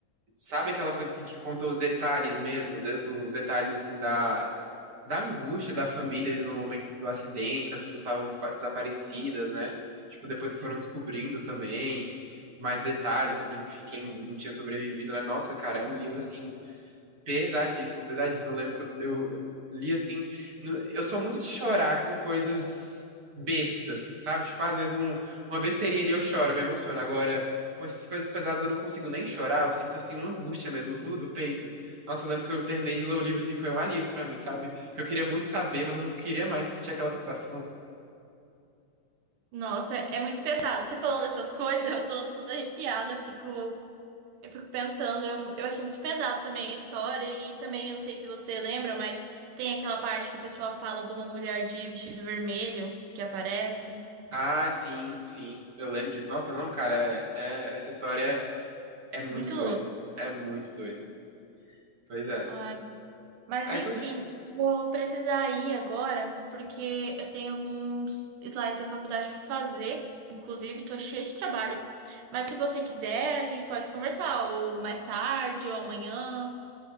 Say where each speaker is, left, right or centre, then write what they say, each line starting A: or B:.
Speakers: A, on the right (about 40°); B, on the right (about 70°).
A: sabe aquela coisa assim que conta os detalhes mesmo, de- os detalhes assim da da angústia da família ali no momento do acidente, que as pessoas estavam despa- desaparecidas, né? Tipo, depois que foram descobrindo também mais detalhes sobre, enfim, quem não tinha sobrevivido, né? Nossa, cara, é um livro assim Pesadíssimo, pesadíssimo. Eu lembro que eu, eu, eu li assim. no- eu sou muito de chorar com coisas bestas, sabe? Tipo, às vezes um- uma besteirinha ali eu choro, eu me emociono. Agora, com essas coisas pesadas eu não consigo nem chorar, eu sinto assim uma angústia mesmo no fundo do peito. Nossa, eu lembro que eu terminei de ler o livro assim, foi um alívio pra mim, sabe? Porque eu queria muito saber, mas eu não queria mais sentir aquela sensação.
B: Nossa, é é muito pesado. Você falando essas coisas, eu tô toda arrepiada, eu fico, eu fico pensando, eu, eu achei muito pesado também a história, e também, eu não sei se você lembra, mas tem aquela parte que o pessoal fala de uma mulher de vestido vermelho que aparece.
A: Ah, sim, sim, eu lembro disso. Nossa, não, cara, é- é- essa história é muito
B: Muito
A: doida.
B: louco.
A: É muito doida. Pois é.
B: Ai. Mas
A: Aí,
B: enfim,
A: pois
B: vou precisar ir agora, porque eu tenho alguns slides da faculdade para fazer. Inclusive, tô cheia de trabalho. Mas se você quiser, a gente pode conversar, ou mais tarde, ou amanhã.